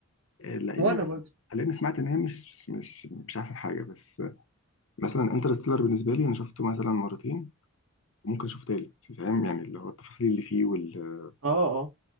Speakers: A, on the left; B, on the right.
A: آه، لان
B: وانا برضه
A: لان سمعت ان هي مش مش مش احسن حاجه بس آه، مثلا انترستيلر بالنسبه لي انا شفته مثلا مرتين وممكن اشوف تالت فاهم يعني اللي هو التفاصيل اللي فيه وال
B: اه اه